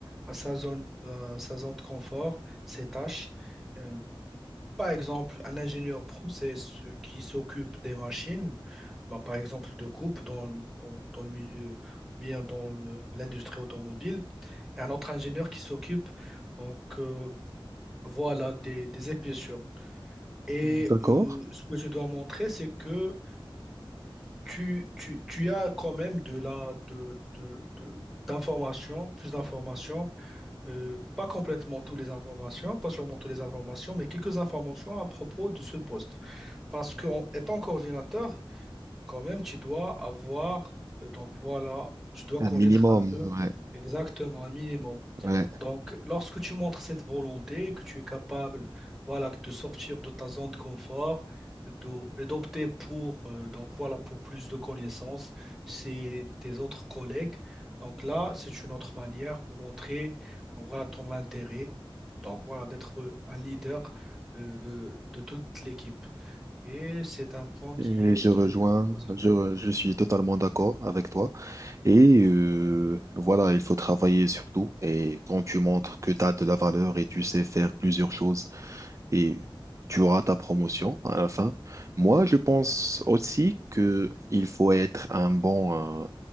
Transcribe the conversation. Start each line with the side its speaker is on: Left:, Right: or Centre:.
Centre: a sa zone, euh, sa zone de confort, ses tâches. Euh, par exemple, un ingénieur process qui s'occupe des machines, bah, par exemple de coupe dans, le- dans, dans le milieu ou bien dans le- l'industrie automobile, et un autre ingénieur qui s'occupe donc euh, voilà des, des épaisseurs. Et
Right: d'accord.
Centre: euh, ce que je dois montrer, c'est que tu, tu, tu as quand même de la, de, de, de- d'informations, plus d'informations, euh, pas complètement toutes les informations, pas sûrement toutes les informations, mais quelques informations à propos de ce poste. Parce qu'en étant coordinateur, quand même, tu dois avoir, euh, donc voilà, tu dois
Right: Un
Centre: connaître
Right: minimum,
Centre: un peu
Right: ouais,
Centre: exactement, un minimum.
Right: ouais.
Centre: Donc, lorsque tu montres cette volonté, que tu es capable, voilà, de sortir de ta zone de confort d'o- et d'opter pour, euh, donc voilà, pour plus de connaissances, c'est tes autres collègues. Donc là, c'est une autre manière pour montrer, donc voilà, ton intérêt. Donc voilà, d'être un leader euh, de, de toute l'équipe. Et c'est un point qui
Right: Et
Centre: est,
Right: je
Centre: qui
Right: rejoins,
Centre: est vraiment positif.
Right: je, je suis totalement d'accord avec toi. Et euh, voilà, il faut travailler sur tout. Et quand tu montres que tu as de la valeur et tu sais faire plusieurs choses et tu auras ta promotion à la fin. Moi, je pense aussi que il faut être un bon, euh,